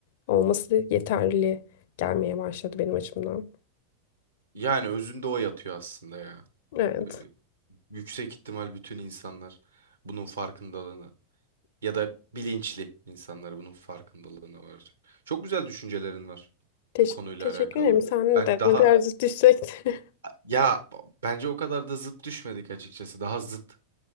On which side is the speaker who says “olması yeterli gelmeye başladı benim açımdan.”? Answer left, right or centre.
Left